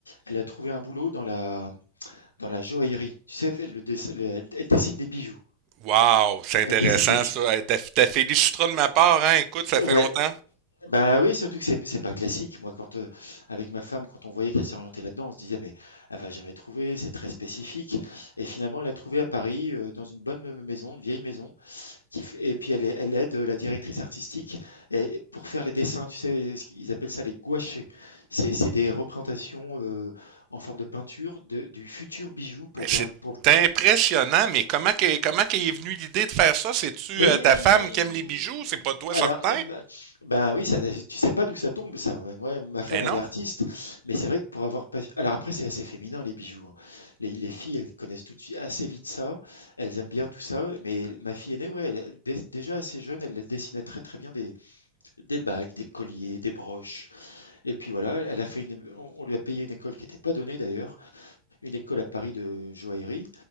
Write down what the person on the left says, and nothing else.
elle a trouvé un boulot dans la, dans la joaillerie. Tu sais, elle, le dess- le- elle dessine des bijoux.
Elle dessine des bijoux.
Ouais,
Ben oui, surtout que c'est c'est pas classique. Moi, quand, heu, avec ma femme, quand on voyait qu'elle s'orientait là-dedans, on se disait: «Mais elle va jamais trouver, c'est très spécifique» et finalement, elle a trouvé à Paris, heu, dans une bonne, euh, maison, une vieille maison qui f et puis elle ai elle aide, heu, la directrice artistique et pour faire les dessins, tu sais, ce qu'ils appellent ça les gouachés. C'est c'est des représentations, heu, en forme de peinture de du futur bijou pour
voir
pour
Mais
alors,
euh, bah, ben oui, ça, tu sais pas d'où ça tombe, ça. Moi, ma femme,
elle
est artiste, mais c'est vrai que pour avoir pas. Alors après, c'est assez féminin les bijoux. hein. Les, les filles, elles connaissent tout de suite assez vite ça. Elles aiment bien tout ça. Mais ma fille aînée, ouais, elle- dé- déjà assez jeune, elle dessinait très très bien des, des bagues, des colliers, des broches. Et puis voilà, elle a fait une. On, on lui a payé une école qui n'était pas donnée d'ailleurs, une école à Paris de joaillerie.